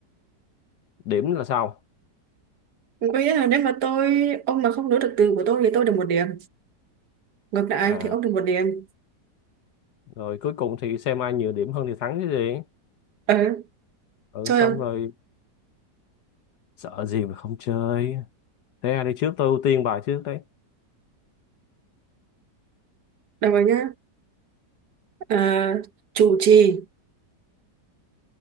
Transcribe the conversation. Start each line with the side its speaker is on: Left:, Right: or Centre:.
Left: điểm là sau
Right: Có nghĩa là nếu mà tôi ông mà không nối được từ của tôi thì tôi được một điểm. Ngược lại
Left: à
Right: thì ông được một điểm.
Left: rồi cuối cùng thì xem ai nhiều điểm hơn thì thắng chứ gì
Right: Ờ,
Left: ừ
Right: chơi
Left: xong
Right: không?
Left: rồi sợ gì mà không chơi thế ai đi trước tôi ưu tiên bài trước đấy
Right: Được rồi nhá. Ờ, chủ trì